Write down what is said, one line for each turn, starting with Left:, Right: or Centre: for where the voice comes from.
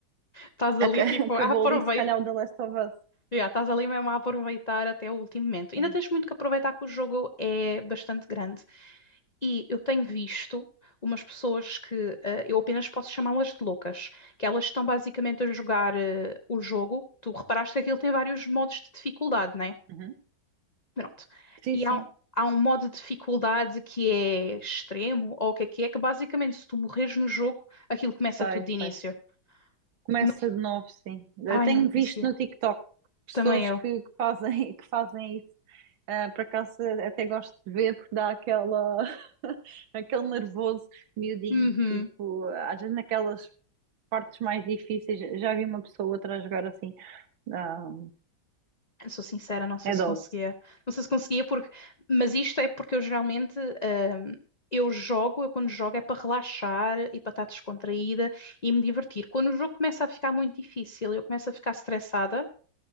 Left: Estás
Right: aca-
Left: ali,
Right: <laughs>
Left: tipo,
Right: acabou
Left: aproveita
Right: ali se calhar o The Last of Us.
Left: Já estás ali mesmo a aproveitar até o último momento. Ainda
Right: Sim.
Left: tens muito que aproveitar que o jogo é bastante grande. E eu tenho visto umas pessoas que eh, eu apenas posso chamá-las de loucas, que elas estão basicamente a jogar eh, o jogo. Tu reparaste que aquilo tem vários modos de dificuldade, né?
Right: Uhum.
Left: Pronto.
Right: Sim,
Left: E
Right: sim.
Left: há, um- há um modo de dificuldade que é extremo, ou o que é que é, que basicamente se tu morres no jogo, aquilo começa
Right: Sei,
Left: tudo de início.
Right: sei. Começa
Left: Não...
Right: de novo, sim. Eu
Left: Ai,
Right: tenho
Left: não conseguia.
Right: visto no TikTok pessoas
Left: Também eu.
Right: que, que fazem, <laughs> que fazem isso. Ah, por acaso até gosto de ver porque dá aquela, <laughs> aquele nervoso miudinho,
Left: Uhum.
Right: tipo, às vezes naquelas partes mais difíceis. Já vi uma pessoa ou outra a jogar assim. Ah,
Left: Eu sou sincera, não sei
Right: é
Left: se
Right: dose.
Left: conseguia. Não sei se conseguia porque. Mas isto é porque eu geralmente. ahm, eu jogo, eu quando jogo é para relaxar e para estar descontraída e me divertir. Quando o jogo começa a ficar muito difícil, eu começo a ficar estressada,